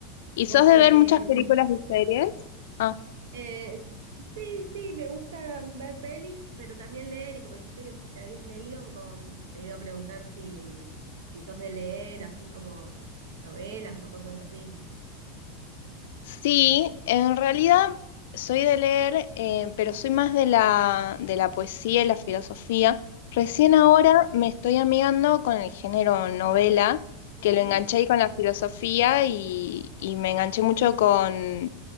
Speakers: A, on the left; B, on the right.
A: ¿Y
B: ¿Vos
A: sos
B: sabés
A: de ver
B: leer?
A: muchas películas y series? Ah.
B: Eh, sí, sí, me gusta ver pelis, pero también leer, y como dijiste que te habías leído, me- como te iba a preguntar si, mm, si sos de leer, así como novelas o cosas así.
A: Sí, en realidad soy de leer, eh, pero soy más de la, de la poesía y la filosofía. Recién
B: Ay, qué-
A: ahora me estoy amigando con el género novela,
B: ujú.
A: que lo enganché ahí con la filosofía y, y me enganché mucho con